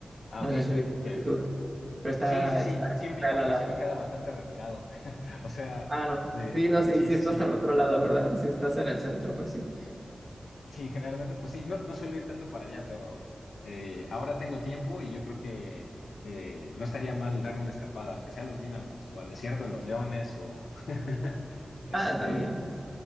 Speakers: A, on the left; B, on the right.
A: Ah,
B: No
A: ok,
B: sé si ubicas
A: ok,
B: el
A: ok.
B: tour, pero está,
A: Sí, sí, sí,
B: está,
A: sí
B: está
A: ubico,
B: al
A: pero
B: lado.
A: sí me queda bastante retirado. <laughs> O sea,
B: Ah, no.
A: de...
B: Sí, no, sí,
A: Sí,
B: sí,
A: sí,
B: está
A: sí.
B: hasta el otro lado, ¿verdad? Si estás en el centro, pues sí.
A: Sí, generalmente, pues sí, no, no suelo ir tanto para allá, pero eh, ahora tengo tiempo y yo creo que eh, no estaría mal darme una escapada, aunque sea a los Dínamos o al Desierto de los Leones o... <laughs> Este,
B: Ah, también.